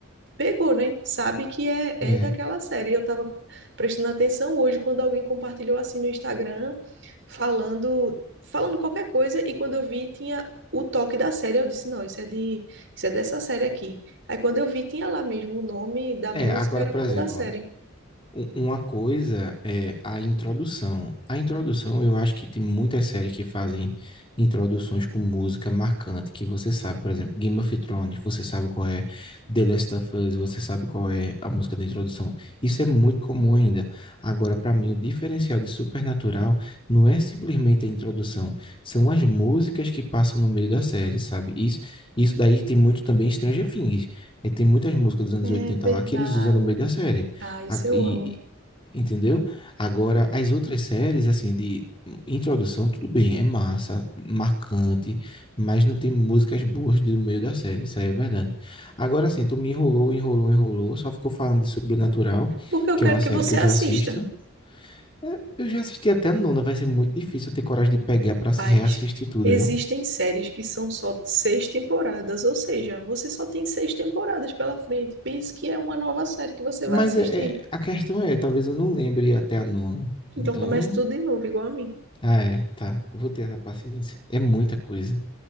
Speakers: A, on the right (about 55°); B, on the left (about 25°).
A: pegou, né? Sabe que é, é
B: É.
A: daquela série. Eu tava prestando atenção hoje quando alguém compartilhou assim no Instagram, falando, falando qualquer coisa, e quando eu vi tinha o toque da série, eu disse, não, isso é de, isso é dessa série aqui. Aí quando eu vi tinha lá mesmo o nome da
B: É,
A: música,
B: agora,
A: era
B: por
A: o nome
B: exemplo,
A: da série.
B: u- Uma coisa é a introdução. A introdução, eu acho que tem muitas séries que fazem introduções com música marcante, que você sabe, por exemplo, Game of Thrones, você sabe qual é The Last of Us, você sabe qual é a música da introdução. Isso é muito comum ainda. Agora, para mim, o diferencial de Supernatural não é simplesmente a introdução, são as músicas que passam no meio da série, sabe? Isso, isso daí tem muito também Stranger Things. é Tem muitas músicas dos anos
A: É
B: 80
A: verdade.
B: lá que eles usam no meio da série.
A: Ah, isso
B: A-
A: eu
B: E,
A: amo.
B: Entendeu? Agora, as outras séries, assim, de introdução, tudo bem, é massa, marcante, mas não tem músicas boas do meio da série, isso aí é verdade. Agora, assim, tu me enrolou, enrolou, enrolou, só ficou falando de Sobrenatural,
A: Porque eu
B: que
A: quero
B: é uma
A: que
B: série
A: você
B: que
A: assista.
B: eu já assisto. É, Eu já assisti até a nona, vai ser muito difícil eu ter coragem de pegar pra se
A: Mas
B: reassistir tudo,
A: existem
B: viu?
A: séries que são só seis temporadas, ou seja, você só tem seis temporadas pela frente. Pense que é uma nova série que você
B: Mas
A: vai assistir.
B: é, é- a questão é, talvez eu não lembre até a nona.
A: Então
B: Então,
A: comece tudo de novo, igual a mim.
B: ah, é, tá, eu vou ter essa paciência. É muita coisa.